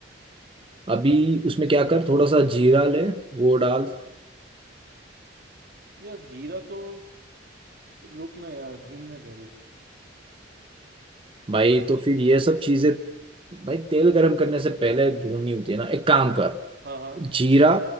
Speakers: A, on the right; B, on the right.
A: अभी उसमें क्या कर थोड़ा सा जीरा ले वो डाल
B: यार जीरा तो रुक ना यार ढूंढने दे रुक
A: भाई तो फिर ये सब चीजें भाई तेल गरम करने से पहले भूननी होती है ना एक काम कर
B: हाँ हाँ
A: जीरा